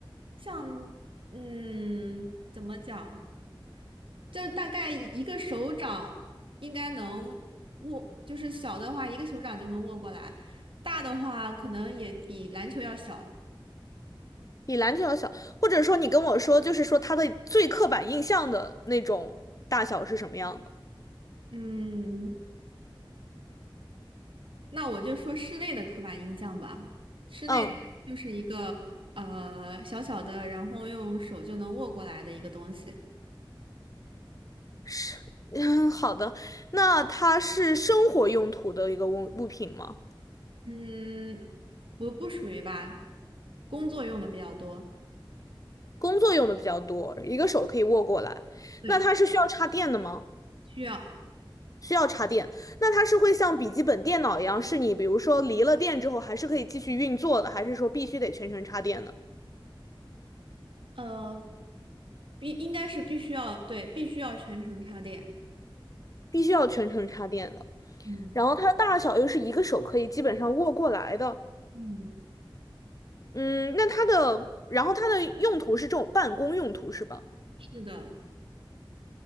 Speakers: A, on the right; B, on the left.
A: 像嗯，怎么讲？就大概一个手掌应该能握，就是小的话一个手掌就能握过来，大的话可能也比篮球要小。
B: 比篮球要小，或者说你跟我说，就是说它的最刻板印象的那种大小是什么样的？
A: 嗯，那我就说室内的刻板印象吧。室内的就是一个呃小小的，
B: 嗯，
A: 然后用手就能握过来的一个东西。
B: 是，<laughs> 嗯，好的。那它是生活用途的一个物物品吗？
A: 嗯，不不属于吧，工作用的比较多。
B: 工作用的比较多，一个手可以握过来。
A: 对，
B: 那它是需要插电的吗？
A: 需要
B: 需要插电。那它是会像笔记本电脑一样，是你比如说离了电之后还是可以继续运作的，还是说必须得全程插电的？
A: 呃必应该是必须要对必须要全程插电。
B: 必须要全程插电的。
A: 嗯
B: 然后它的大小又是一个手可以基本上握过来的。
A: 嗯，
B: 嗯，那它的，然后它的用途是这种办公用途是吧？
A: 是的。